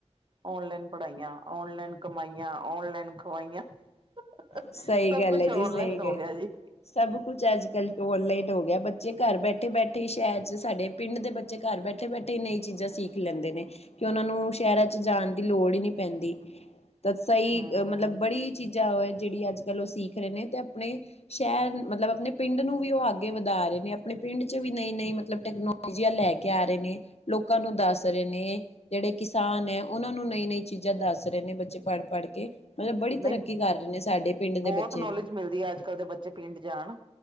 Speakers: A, on the right; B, on the left.
A: ਔਨਲਾਈਨ ਪੜ੍ਹਾਈਆਂ, ਔਨਲਾਈਨ ਕਮਾਈਆਂ, ਔਨਲਾਈਨ ਖਵਾਈਆਂ। <unintelligible>
B: ਸਹੀ
A: ਸਭ
B: ਗੱਲ
A: ਕੁਛ
B: ਹੈ ਜੀ
A: ਔਨਲਾਈਨ
B: ਸਹੀ
A: ਹੋ
B: ਗ
A: ਗਿਆ ਜੀ।
B: ਸਭ ਕੁਛ ਅੱਜ -ਕੱਲ੍ਹ ਔਨਲਾਈਨ ਹੋ ਗਿਆ, ਬੱਚੇ ਘਰ ਬੈਠੇ- ਬੈਠੇ ਸ਼ਹਿਰ 'ਚ ਸਾਡੇ ਪਿੰਡ ਦੇ ਬੱ ਚੇ ਘਰ ਬੈਠੇ- ਬੈਠੇ ਨਈਂ ਚੀਜ਼ਾਂ ਸਿੱਖ ਲੈਂਦੇ ਨੇ। ਕਿ ਉਹਨਾਂ ਨੂੰ, ਸ਼ਹਿਰਾਂ 'ਚ ਜਾਣ ਦੀ ਲੋੜ ਹੀ ਨਹੀਂ ਪੈਂਦੀ। ਤਾਂ ਸਹੀ,
A: ਹਮ
B: ਮਤਲਬ ਬੜੀ ਚੀਜ਼ਾਂ ਉਹ ਜਿਹੜੀ ਅੱਜ- ਕੱਲ੍ਹ ਉਹ ਸਿੱਖ ਰਹੇ ਨੇ ਤੇ ਆਪਣੇ ਸ਼ਹਿਰ ਮਤਲਬ ਆਪਣੇ ਪਿੰਡ ਨੂੰ ਵੀ ਉਹ ਅੱਗੇ ਵਧਾ ਰਹੇ ਨੇ, ਆਪਣੇ ਪਿੰਡ 'ਚ ਵੀ ਨਈ ਨ ਮਤਲਬ ਟੈਕਨ ਟੈਕਨੋਲੋਜੀਆ ਲੈ ਕੇ ਆ ਰਹੇ ਨੇ, ਲੋਕਾਂ ਨੂੰ ਦੱਸ ਰਹੇ ਨੇ। ਜਿਹੜੇ ਕਿਸਾਨ ਐ, ਉਹਨਾਂ ਨੂੰ ਨਈ- ਨਈ ਚੀਜ਼ਾਂ ਦੱਸ ਰਹੇ ਨੇ, ਬੱਚੇ ਪੜ੍ਹ ਪੜ੍ਹ ਕੇ। ਮਤਲਬ ਬੜੀ ਤਰੱਕੀ
A: ਨਹੀਂ
B: ਕਰ ਰਹੇ ਨੇ ਸਾਡੇ ਪਿੰਡ ਦੇ
A: ਬਹੁਤ
B: ਬੱਚੇ
A: ਨੌਲੇਜ
B: ਵੀ
A: ਜੀ ਮਿਲਦੀ ਆ ਅੱਜ ਕੱਲ੍ਹ ਦੇ ਬੱਚੇ ਪਿੰਡ ਜਾਣ,